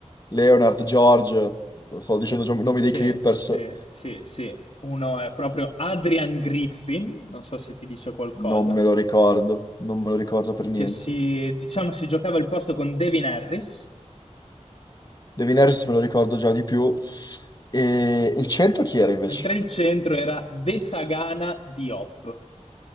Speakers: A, on the left; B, on the left.
A: Leonard, George. Sto dicendo i nomi
B: sì,
A: dei Clippers.
B: sì, sì, sì. Uno è proprio Adrian Griffin, non so se ti dice qualcosa,
A: Non me lo ricordo. Non me lo ricordo per niente.
B: che si, diciamo, si giocava il posto con Devin Harris
A: Devin Harris me lo ricordo già di più. E il centro chi era invece?
B: Mentre il centro era De Sagana Diop.